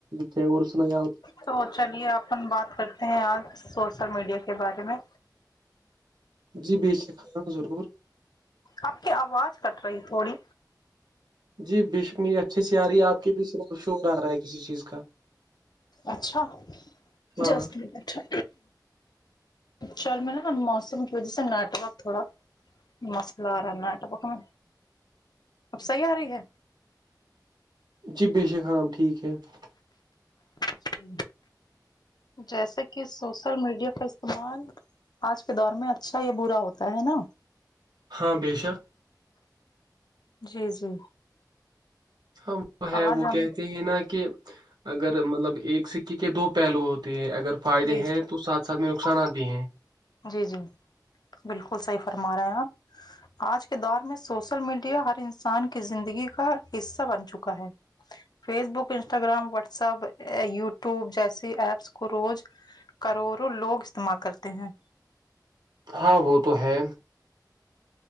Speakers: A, on the right; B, on the left.
A: کیا ورسنا یا
B: تو چلیے اپن بات کرتے ہیں آج سوشل میڈیا کے بارے میں
A: جی بے سےکانا ضرور
B: آپ کی آواز کٹ رہی ہے تھوڑی
A: جی بے شک می اچھی سی آ رہی ہے آپ کے بھی ص شور آ رہا ہے کسی چیز کا
B: اچھا
A: ہاں
B: جس م اچھا چل میں نےا موسم کی وجہ سے نیٹورک تھوڑا مسئلہ آ رہا ہے نیٹ ورک میں اب صحیح آ رہی ہے
A: چیف بے شک ہم ٹھیک ہے <unintelligible>
B: جی، جیسے کہ سوشل میڈیا کا استعمال آج کے دور میں اچھا یہ برا ہوتا ہے نا
A: ہاں بشک
B: جی جی
A: ہاں وہ ہے
B: آواز
A: وہ
B: ہم
A: کہتے ہیں نا کہ اگر مطلب ایک سکے کے دو پہلو ہوتے ہیں اگر فائدے
B: جی
A: ہیں تو ساتھ ساتھ میں نقصاناتتی ہیں
B: جی جی بالکل صحیح فرما رہے ہیں آپ آج کے دور میں سوشل میڈیا ہر انسان کی زندگی کا حصہ بن چکا ہے Facebook Instagram WhatsApp YouTube جیسی ایپس کو روز کروڑوں لوگ استعمال کرتے ہیں
A: ہاں وہ تو ہے